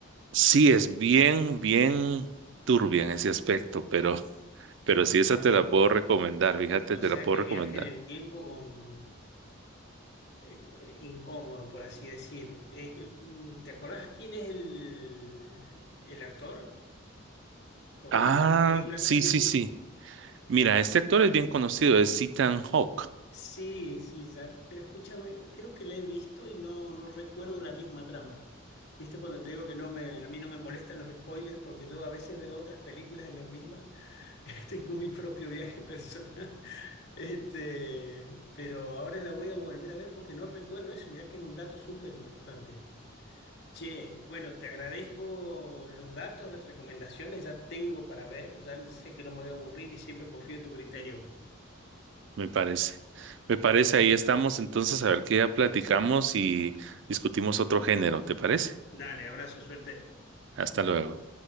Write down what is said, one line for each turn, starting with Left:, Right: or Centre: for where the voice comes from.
Right: sí, es bien, bien turbia en ese aspecto, pero, <laughs> pero
Left: <laughs>
Right: sí, esa
Left: Ajá.
Right: te la puedo recomendar, fíjate,
Left: O
Right: te
Left: sea
Right: la puedo
Left: que
Right: recomendar.
Left: viaje en el tiempo con eh, co- eh, incómodo, por así decir. Eh, eh, mm, ¿te acordás quién es el, el actor? ¿O
Right: Ah,
Left: en qué otra película
Right: sí,
Left: ha salido?
Right: sí, sí. Mira, este actor es bien conocido, es Ethan Hawke.
Left: Sí, sí, ya, pero escúchame, creo que la he visto y no, no recuerdo la misma trama. ¿Viste cuando te digo que no me, a mí no me molestan los spoilers porque yo a veces veo otras películas en las mismas? <laughs> Tengo mi propio viaje personal. Este, pero ahora la voy a volver a ver porque no recuerdo eso. Mirá que es un dato súper importante. Che, bueno, te agradezco los datos, las recomendaciones, ya tengo para ver, ya sé que no me voy a aburrir y siempre confío en tu criterio.
Right: Me parece. Me parece, ahí estamos entonces a ver qué ya platicamos y discutimos otro género, ¿te parece?
Left: Dale, abrazo, suerte.
Right: Hasta luego.